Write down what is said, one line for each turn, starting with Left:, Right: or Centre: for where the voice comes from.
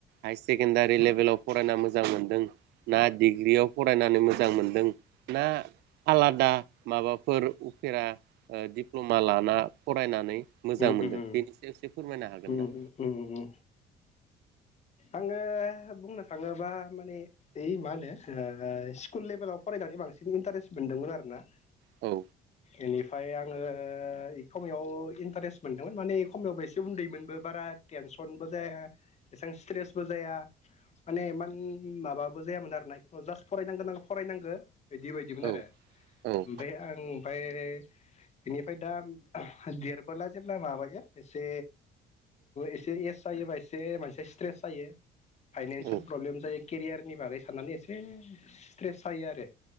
Right: हाय सेकेणडारि लेभेलाव फरायना मोजां मोनदों, ना डिग्रियाव फरायनानै मोजां मोनदों ना आलादा माबाफोर उफेरा दिप्ल'मा लाना फरायनानै मोजां
Left: उम
Right: मोनदों
Left: उम उम
Right: बेनि सायाव एसे फोरमायनो हागोन
Left: उम
Right: ना?
Left: उम उम आङो बुंनो थाङोबा माने ओइ मा होनो ओ स्कुल लेभेलाव फरायनानै बांसिन इन्टारेस्ट मोनदोंमोन आरोना।
Right: औ।
Left: एनिफ्राय आङो एखमयाव इन्टारेस्ट मोनदोंमोन माने एखमियाव एसे उन्दैमोनबो बारा टेनसनबो जाया। एसेबां स्ट्रेसबो जाया मानेन माबाबो जायामोन आरोना जास्ट फरायनांगोन न फरायनांगौ एदि बायदिमोन
Right: औ
Left: आरो
Right: औ
Left: ओमफ्राय आं फाय बेनिफ्राय दा देरबोला जेब्ला माबायो एसे एसे एस जायोबा एसे मानसि स्ट्रेस जायो फाइनानसियेल
Right: औ
Left: प्रब्लेम जायो केरियारनि बागै साननानै एसे स्ट्रेस जायो आरो